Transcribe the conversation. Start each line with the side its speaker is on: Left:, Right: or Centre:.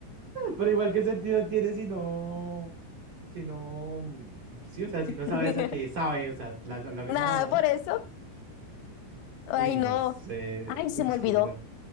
Right: Pero igual, ¿qué sentido tiene si no, si no, mm, sí, o sea, si
Left: <laughs>
Right: no sabes a qué sabe, o sea, la, la- la misma,
Left: Nada,
Right: ¿no?
Left: por eso. Ay,
Right: Uy,
Left: no.
Right: no sé.
Left: Ay, se
Right: Uy,
Left: me
Right: es
Left: olvidó.
Right: que igual.